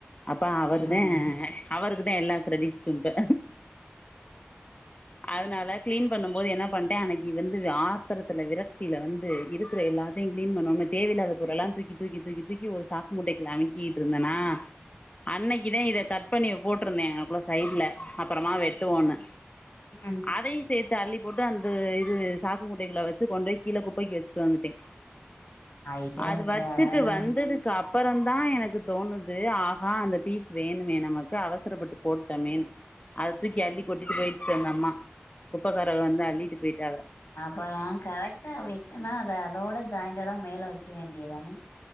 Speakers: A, on the left (about 35°); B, on the left (about 80°).
A: அப்போ அவர்தேன்
B: ஆமா
A: அவருக்குதான் எல்லா கிரெடிட்ஸும் இப்ப அதனால கிளீன் பண்ணும் போது என்ன பண்டே அன்னிக்கு இ வந்து ஆ த்திரத்துல விரக்த்தியில வந்து இருக்கிற எல்லாத்தையும் கிளீன் பண்ணணும் தேவையில்லாத பொரு ள்ளாம் தூக்கி தூக்கி தூக்கி தூக்கி ஒரு சாக் மூட்டைக்குல்ல அமிக்கிட்டு இருந்தேனா அன்னைக்குதான் இத கட் பண்ணி போட்டிருந்தேன் அப்ரோ சைட்ல அப்பறமா வெட்டுவோன்னு
B: அ
A: அதையும் சேர்த்து அள்ளி போட்டு அந்த இது சாக்கு மூட் டைகள வச்சு கொண்டுய் கீழே குப்பைக்கு வச்சுட்டு வந்துட்டேன்
B: ஐயா
A: அது
B: ஐயா
A: வச்சுட்டு வந்தது க்கு அப்பறம்தான் எனக்கு தோணுது ஆஹா அந்த பீஸ் வேணுமே நமக்கு அவசரப்பட்டு போட்டமேன்னு அத தூக்கி அள்ளி கொட்டிட்டு போய்டுச்சு அந்த அம்மா குப்பைக்காரக வந்து அள்ளிட்டு போய்ட்டாங்க
B: அப்புற கரெக்டா வெட்டுனா அத அதோட ஜாயிண்டடா மேல வைக்க வேண்டியதுதானே